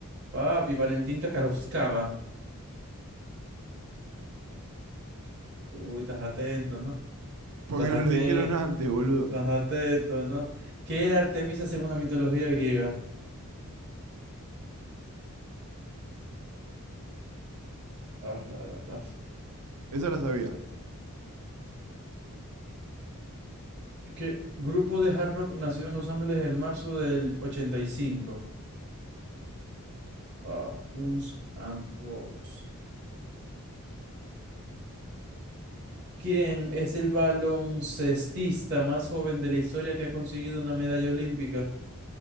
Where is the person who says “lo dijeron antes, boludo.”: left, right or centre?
Right